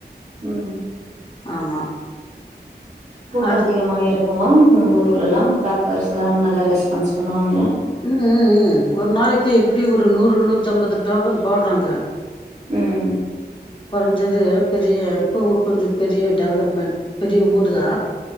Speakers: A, on the right; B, on the left.
A: ம்
B: ஆமா
A: கூட்டோ
B: அடு
A: அதிகமா இருக் குமா உங்க ஊர்ல்லா டாக்டர்ஸ் எல்லாரு நல்லா ரெஸ்பான்ஸ் பண்ணுவாங்ளா
B: ம் ம் ம் ஒரு நாளைக்கு எப்டியு ஒரு நூறு நூத்தம்பது டோக்கன் போடுறாங்க
A: ம்
B: கொறஞ்சது பெரிய இப்போ கொஞ்சோ பெரிய டெவலப்மெண்ட் பெரிய ஊர் தா